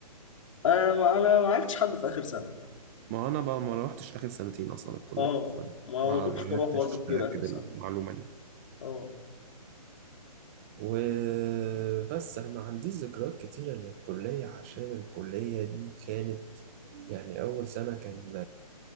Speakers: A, on the left; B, on the right.
A: انا ما انا ما عرفتش حد في اخر سنه
B: ما هو أنا بقى ما روحتش آخر سنتين أصلا الكلية
A: اه
B: فما
A: ما
B: ما
A: ما كنتش
B: عرفتش
A: بروح برضه كتير
B: أأكد
A: اخر سنه
B: المعلومة دي
A: اه
B: وبس انا ما عنديش ذكريات كتيرة للكلية عشان الكلية دي كانت يعني اول سنة كان